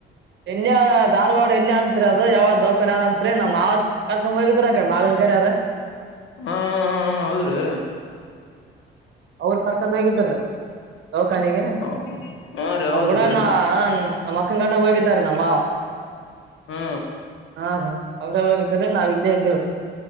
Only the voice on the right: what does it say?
ಎಲ್ಲಿಯ ಧಾರವಾಡ ಎಲ್ಲಿ ಅಂತತ್ರಿ ಅದು ಯಾವ್ದ ದೌಖನ್ ಯಾವ್ ಅಂತ್ರಿ ನಮ್ ಆತ್ ಕರ್ಕೊಂಡ್ ಹೋಗಿದ್ರ ಮ ರರ
ಅವರು ಕರ್ಕೊಂಡ ಹೋಗಿದ್ರ ದೌಖಾನಿಗೆ
ಅ
ಕೂಡ ನ ನಮ್ಮ್ ಅಕ್ಕನ್ ಕಂಡ ಹೋಗಿದ್ದಾರೆ ನಮ್ಮವ
ಹಾ ರೀ ಅವ್ರ ಅವ್ರಾಗ ಇದ್ರ ನಾವ್ ಇಲ್ಲೇ ಇದ್ದೇವರು